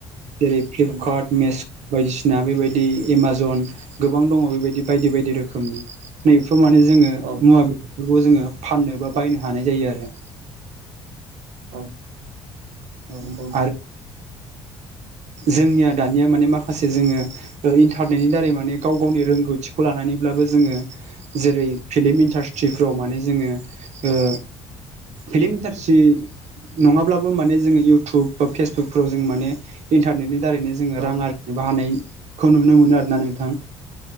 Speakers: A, on the right (about 50°); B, on the right (about 70°).
A: जेरै फ्लिपकार्ट
B: नंगौ
A: मेस बायदिसिना बेबायदि एमाजन गोबां दङ बेबायदि बायदि बायदि रोखोमनि नैफ्राव माने जोङो
B: औ
A: मुवा बेसादफोरखौ जोङो फाननो बा बायनो हानाय जायो आरो।
B: औ
A: औ
B: नंगौ
A: आरो जोंनिया दानिया माने माखासे जोङो इन्टारनेटनि दारै माने गाव गावनि रोंगौथिखौ लानानैब्लाबो जोङो जेरै फिल्म इन्डास्ट्रि ट्रिफ्राव माने जोङो ओ फिलिम इन्डास्ट्रि नङाब्लाबो माने जोङो इउटुब बा फेसबुकफ्राव जों माने इन्टारनेटनि दारैनो जोङो
B: औ
A: रां आर बा हानायखौ नुनो मोनो आरोना नोंथां